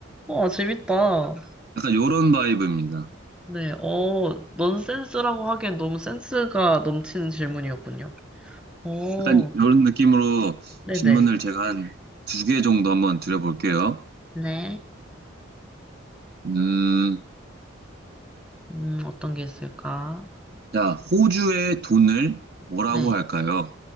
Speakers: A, in the centre; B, on the right.
A: 우와 재밌다.
B: 약간 요런 바이브입니다.
A: 네, 어, 넌센스라고 하기엔 너무 센스가 넘치는 질문이었군요. 오,
B: 약간 요런 느낌으로
A: 네네.
B: 질문을 제가 한 두 개 정도 한번 드려볼게요.
A: 네.
B: 음,
A: 음, 어떤 게 있을까?
B: 자, 호주의 돈을 뭐라고
A: 네.
B: 할까요?